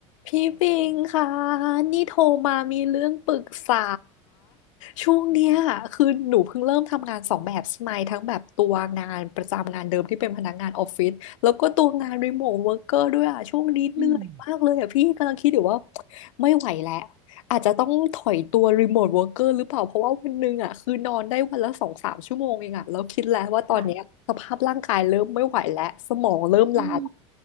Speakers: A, on the left; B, on the right.
A: พี่ปิงค่ะนี่โทรมามีเรื่องปรึกษาช่วงเนี้ยคือหนูเพิ่งเริ่มทำงานสองแบบใช่ไหมทั้งแบบตัวงานประจำงานเดิมที่เป็นพนักงานออฟฟิศแล้วก็ตัวงานรีโมทเวิร์กเกอร์ด้วยอ่ะช่วงนี้เหนื่อยมากเลยอ่ะพี่กำลังคิดอยู่ว่า
B: อืม
A: ไม่ไหวแล้วอาจจะต้องถอยตัวรีโมทเวิร์กเกอร์หรือเปล่าเพราะว่าวันหนึงอ่ะคือนอนได้วันละสองสามชั่วโมงเองอ่ะแล้วคิดแล้วว่าตอนเนี้ยสภาพร่างกายเริ่มไม่ไหวแล้วสมองเริ่มล้า
B: ค่ะอืม